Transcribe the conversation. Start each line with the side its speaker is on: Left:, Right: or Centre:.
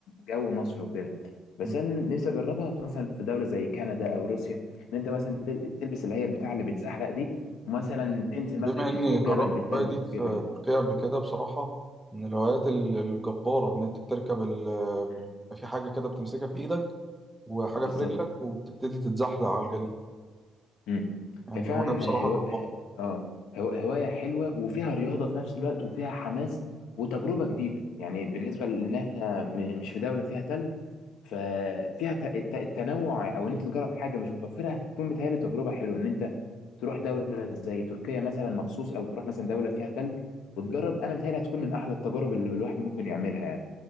Left: جو مصر وكده بس
Centre: مم.
Left: انا نفسي اجربها مثلا في دوله زي كندا او روسيا ان انت مثلا تل- تلبس اللي هي البتاع اللي بتزحلق دي ومثلا تنزل مثلا
Centre: بما
Left: من
Centre: اني
Left: فوق
Centre: جربت
Left: جبل بالتلج
Centre: الهوايه دي في
Left: كده يعني
Centre: تركيا قبل كده بصراحه من الهوايات ال- الجباره ان انت بتركب ال-
Left: مم.
Centre: في حاجه كده بتمسكها في ايدك وحاجة
Left: بالظبط
Centre: في رجلك وبتبتدي تتزحلق على الجليد
Left: امم
Centre: يعني
Left: هي فعلا
Centre: هواية بصراحة
Left: هو...
Centre: جبارة
Left: اه هو... هواية حلوة وفيها رياضة في نفس الوقت وفيها حماس وتجربة جديدة يعني بالنسبة لان احنا م- مش في دولة فيها تلج ففيها ت... الت- التنوع او ان انت تجرب حاجة مش متوفرة هتكون متهيألي تجربة حلوة ان انت تروح دولة زي تركيا مثلا مخصوص او تروح مثلا دولة فيها تلج وتجرب انا متهيألي هتكون من احلى التجارب اللي الواحد ممكن يعملها يعني